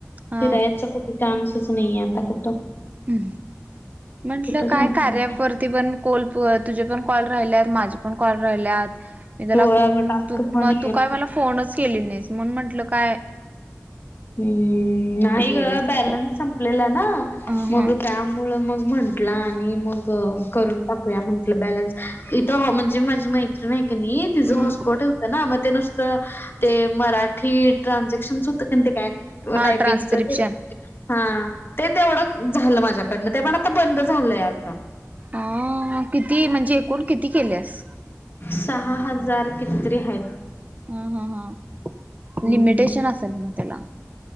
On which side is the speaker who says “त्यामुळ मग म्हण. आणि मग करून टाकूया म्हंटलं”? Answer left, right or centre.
Left